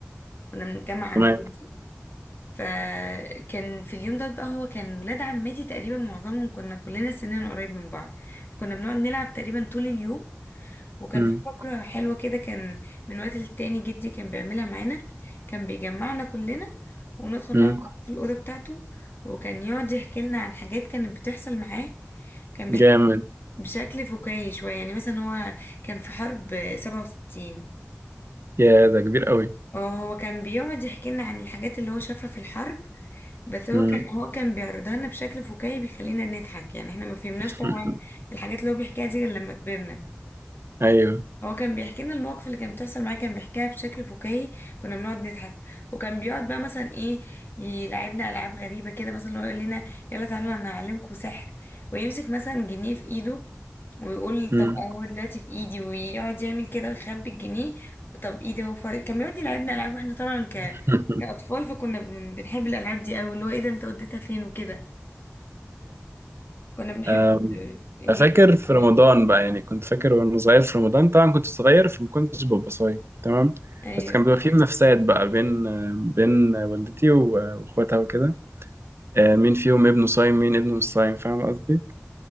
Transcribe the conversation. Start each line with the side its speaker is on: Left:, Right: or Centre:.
Left: كنا بنتجمع عند
Right: تمام
Left: جدي فكان في اليوم ده بقى هو كان ولاد عمتي تقريبا معظمهم كنا كلنا سننا قريب من بعض فكنا بنقعد نلعب تقريبا طول اليوم وكان
Right: مم.
Left: في فقرة حلوة كده كان من وقت للتاني جدي كان بيعملها معانا كان بيجمعنا كلنا وندخل
Right: مم.
Left: نقعد في الأوضة بتاعته وكان يقعد يحكي لنا عن حاجات كانت بتحصل معاه كان بيحكي
Right: جامد
Left: لنا بشكل فكاهي شوية يعني مثلا هو كان في حرب سبعة وستين
Right: يا ده كبير قوي
Left: اه هو كان بيقعد يحكي لنا عن الحاجات اللي هو شافها في الحرب بس هو
Right: مم.
Left: كان هو كان بيعرضها لنا بشكل فكاهي بيخلينا نضحك يعني احنا ما فهمناش
Right: <laughs>
Left: طبعا الحاجات اللي هو بيحكيها دي غير لما كبرنا
Right: ايوه
Left: هو كان بيحكي لنا المواقف اللي كانت بتحصل معاه كان بيحكيها بشكل فكاهي كنا بنقعد نضحك وكان بيقعد بقى مثلا ايه يلعبنا العاب غريبه كده مثلا هو يقول لنا يلا تعالوا انا هعلمكم سحر ويمسك مثلا جنيه في ايده ويقول طب
Right: مم.
Left: هو دلوقتي في ايدي ويقعد يعمل كده ويخبي الجنيه طب ايدي هو فاضي كان بيقعد يلعبنا العاب واحنا طبعا ك...
Right: <laughs>
Left: كاطفال فكنا بن- بنحب الالعاب دي قوي اللي هو ايه ده انت وديتها فين وكده كنا بنحب
Right: جامد
Left: اليوم
Right: فاكر في
Left: ده.
Right: رمضان بقى يعني كنت فاكر وانا صغير في رمضان طبعا كنت صغير فما كنتش ببقى صايم تمام
Left: ايوه
Right: بس كان بيبقى فيه منافسات بقى بين بين والدتي واخواتها وكده آه، مين فيهم ابنه صايم مين ابنه مش صايم فاهم قصدي